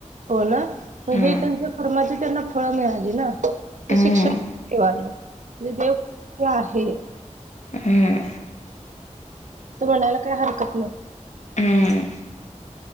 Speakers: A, on the right; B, on the left.
A: हो ना मग
B: हं
A: हे त्यांच्या कर्माची त्यांना फळं मिळाली ना ते
B: हं
A: शिक्षण ठवा म्हणजे देव कुठ आहे?
B: हम्म
A: असं म्हणायला काय हरकत नाही.
B: अम्म